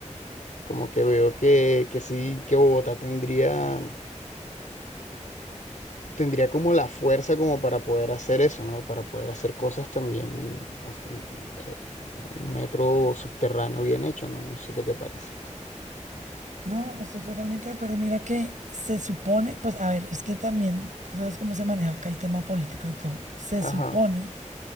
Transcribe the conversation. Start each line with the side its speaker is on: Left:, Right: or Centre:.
Left: como que veo que, que sí, que Bogotá tendría, tendría como la fuerza como para poder hacer eso, ¿no? Para poder hacer cosas también, as- eh, un metro subterráneo bien hecho, ¿no? No sé qué te parece.
Right: No, estoy totalmente de acuerdo. Mira que se supone, pues a ver, es que también, tú sabes cómo se maneja acá el tema político y todo. Se
Left: Ajá.
Right: supone